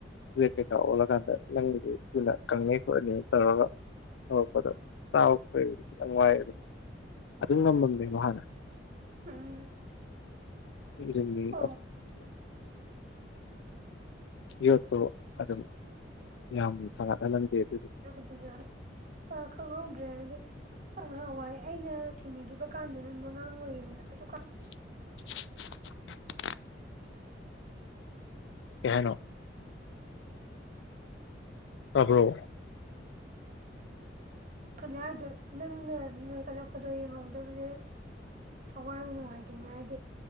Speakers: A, on the left; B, on the right.
A: ꯋꯦꯠ ꯀꯩꯀꯥ ꯑꯣꯜꯂꯀꯥꯟꯗ ꯅꯪꯒꯤꯗꯤ ꯊꯨꯅ ꯀꯪꯅꯤ ꯈꯣꯠꯅꯤꯅ ꯇꯧꯔꯒ ꯍꯧꯔꯛꯄꯗ ꯆꯥꯕ ꯈꯣꯠꯄꯩ ꯈꯤꯇꯪ ꯋꯥꯏ ꯑꯗꯨꯝ ꯉꯝꯃꯦꯕ ꯍꯥꯟꯅ
B: ꯎꯝ
A: <unintelligible>
B: ꯑꯣ
A: ꯌꯣꯠꯇꯣ ꯑꯗꯨꯝ ꯌꯥꯝ ꯊꯥꯡꯒꯠꯍꯜꯂꯝꯗꯦꯕ
B: ꯍꯥꯏꯕꯗꯨꯗ ꯑꯥ ꯈꯪꯍꯧꯗ꯭ꯔꯦ ꯍꯥꯏꯗꯤ ꯉꯍꯥꯟꯋꯥꯏ ꯑꯩꯅ ꯊꯦꯡꯅꯈꯤꯕ ꯀꯥꯟꯗ ꯅꯪꯅ ꯑꯉꯥꯡ ꯑꯣꯏꯔꯤꯗꯅ
A: <inaudible>
B: ꯑꯗꯨ ꯀꯥꯟ
A: ꯀꯩꯍꯥꯏꯅꯣ ꯇꯥꯕ꯭ꯔꯣ
B: ꯅꯤ ꯍꯥꯏꯗꯣ ꯅꯪꯅ ꯅꯣꯏꯈꯠꯂꯛꯄꯗꯣ ꯌꯦꯡꯍꯧꯗꯕꯗꯦ ꯊꯋꯥꯏꯕꯨ ꯅꯨꯡꯉꯥꯏꯇꯦꯅꯦ ꯍꯥꯏꯗꯤ